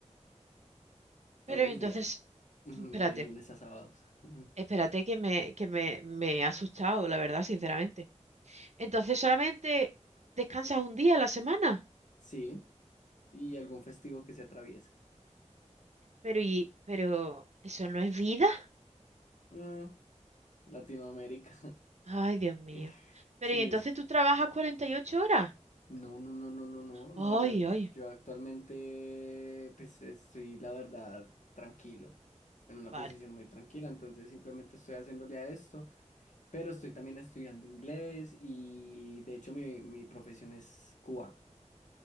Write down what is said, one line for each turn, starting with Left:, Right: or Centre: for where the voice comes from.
Left: todos
Right: Pero y
Left: los
Right: entonces,
Left: días, <laughs> de
Right: espérate,
Left: lunes a sábados. <laughs>
Right: espérate que me, que me, me he asustado, la verdad, sinceramente. Entonces solamente descansas un día a la semana.
Left: Sí. y algún festivo que se atraviese.
Right: Pero y, pero eso no es vida.
Left: Ah, Latinoamérica.
Right: Ay, Dios mío.
Left: <laughs> Sí,
Right: Pero y entonces
Left: es.
Right: tú trabajas 48 horas.
Left: No, no, no, no, no, no, no.
Right: Ay,
Left: Yo,
Right: ay.
Left: yo actualmente, pues estoy, la verdad, tranquilo, en una
Right: Vale,
Left: posición muy tranquila. Entonces, simplemente estoy haciéndole a esto, pero estoy también estudiando inglés y de hecho, mi, mi profesión es cuba